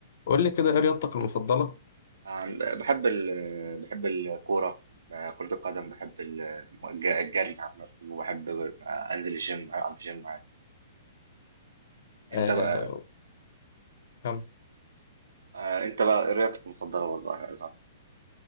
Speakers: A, on the left; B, on the right.
A: قول لي كده ايه رياضتك المفضلة؟
B: عن- بحب ال... بحب الكورة آه، كرة القدم بحب ال- الج- الجري عامة وبحب أنزل الجيم ألعب جيم عادي أنت
A: آه
B: بقى
A: كم
B: آه، أنت بقى إيه رياضتك المفضلة برضه أنا أعرف.